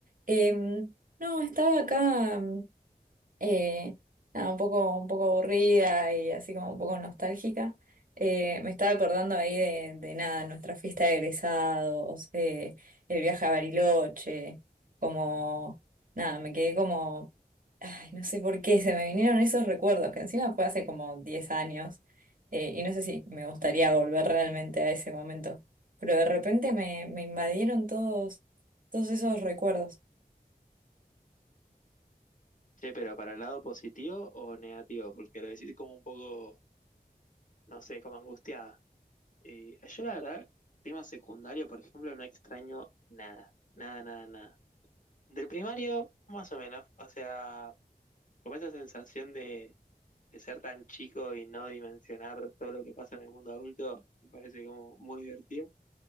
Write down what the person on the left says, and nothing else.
Che, pero ¿para el lado positivo o negativo? Porque lo decís como un poco, no sé, como angustiada. Eh, yo la verdad, tema secundario, por ejemplo, no extraño nada. Nada, nada, nada. Del primario, más o menos. O sea... Como esa sensación de, de ser tan chico y no dimensionar todo lo que pasa en el mundo adulto, me parece como muy divertido.